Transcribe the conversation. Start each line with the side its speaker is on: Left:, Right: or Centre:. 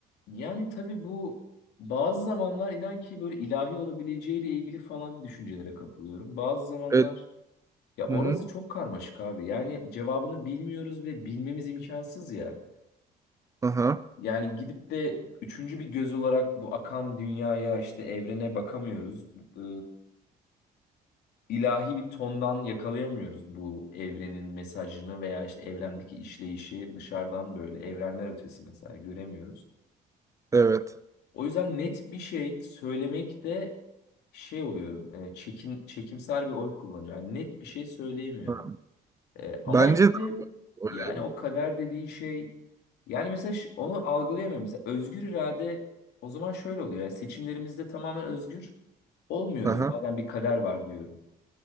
Left: Yani tabii bu bazı zamanlar inan ki böyle ilahi olabileceğiyle ilgili falan düşüncelere kapılıyorum. Bazı zamanlar
Right: Evet.
Left: ya orası
Right: Hı hı.
Left: çok karmaşık abi. Yani cevabını bilmiyoruz ve bilmemiz imkansız ya.
Right: Aha.
Left: Yani gidip de üçüncü bir göz olarak bu akan dünyaya işte evrene bakamıyoruz. Ee, ilahi bir tondan yakalayamıyoruz bu evrenin mesajını veya işte evrendeki işleyişi dışarıdan böyle evrenler ötesi mesela göremiyoruz.
Right: Evet.
Left: O yüzden net bir şey söylemekte şey oluyorum. E, çekin, çekimser bir oy kullanıyorum. Yani net bir şey söyleyemiyorum.
Right: Aha.
Left: E, ama
Right: Bence
Left: işte
Right: de öyle.
Left: yani o kader dediğin şey yani mesela ş- onu algılayamıyorum. Mesela özgür irade o zaman şöyle oluyor. Yani seçimlerimizde tamamen özgür olmuyoruz.
Right: Aha.
Left: Madem bir kader var diyorum.